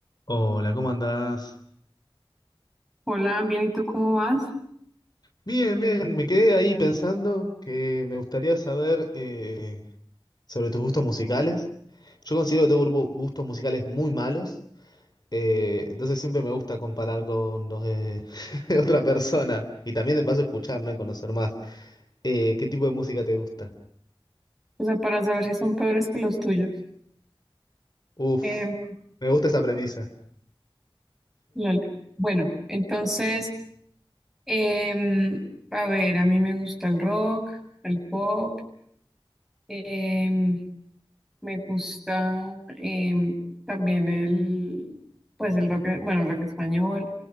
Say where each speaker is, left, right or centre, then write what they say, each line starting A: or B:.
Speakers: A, on the left; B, in the centre.
A: Hola, ¿cómo andás?
B: Hola, bien, ¿y tú cómo vas?
A: Bien, bien, me quedé ahí pensando que me gustaría saber eh, sobre tus gustos musicales. Yo considero que tengo grupo- gustos musicales muy malos, eh, entonces siempre me gusta comparar con los de, <laughs> de otra persona y también de paso escuchar, ¿no? Y conocer más. Eh, ¿qué tipo de música te gusta?
B: O sea, para saber si son peores que los tuyos.
A: Uf,
B: Em,
A: me gusta esa premisa.
B: lol. Bueno, entonces, em, a ver, a mí me gusta el rock, el pop, em, me gusta em, también el, pues el rock, bueno, el rock español,